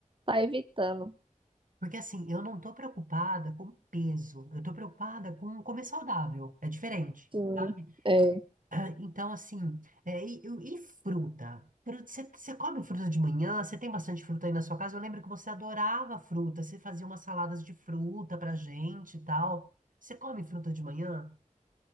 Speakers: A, on the right; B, on the right.
A: tá evitando.
B: Porque assim, eu não tô preocupada com peso, eu tô preocupada com comer saudável, é diferente,
A: Sim.
B: sabe?
A: É.
B: Ah, Então, assim, é, e, e- e fruta? Fruta, Você você come fruta de manhã? Você tem bastante fruta aí na sua casa? Eu lembro que você adorava fruta, você fazia umas saladas de fruta pra gente e tal. Você come fruta de manhã?